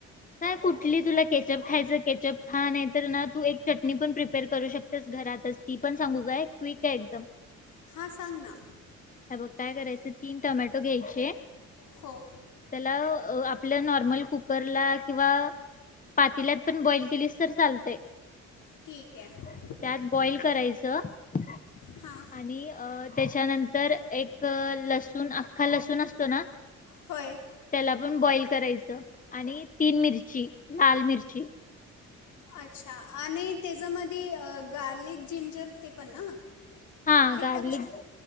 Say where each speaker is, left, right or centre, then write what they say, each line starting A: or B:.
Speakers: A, on the left (about 25°); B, on the left (about 75°).
A: कुठली तुला केचप खायच तर केचप खा नाही तर ना तू चटणी पण प्रिपेअर करू शकतेस घरातच ती पण सांगू काय क्लिक आहे एकदम
B: हां सांग ना
A: हे बघ काय करायचं तीन टोमॅटो घ्यायचे
B: हो
A: त्याला आपलं नॉर्मल कुकरला किंवा पातीलात पण बॉईल केलीस तर चालतय
B: ठीक आहे
A: त्यात बॉइल करायच द
B: हां
A: आणि अ त्याच्यानंतर एक लसूण अख्खा लसूण असतो ना
B: होय
A: त्याला पण बॉइल करायचं आणि तीन मिरची लाल मिर्ची
B: अच्छा आणि त्याच्यामध्ये गार्लिक जिंजर ते पण ना
A: हा गार्लिक
B: टाकू शकते